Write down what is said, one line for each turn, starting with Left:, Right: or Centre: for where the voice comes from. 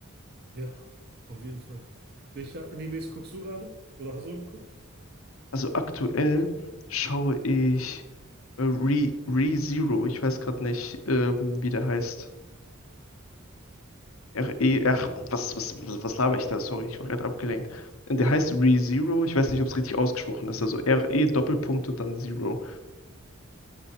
Right: Ja, auf jeden Fall. Welche Animes guckst du gerade? Oder hast du geguckt?
Left: Also aktuell schaue ich äh, Re, ReZero, ich weiß gerade nicht, ähm, wie der heißt. R-E, ach,
Right: Okay,
Left: was, was, was laber ich da? Sorry, ich war gerade abgelenkt. Der heißt ReZero, ich weiß nicht, ob es richtig ausgesprochen ist. Also R-E, Doppelpunkt und dann Zero.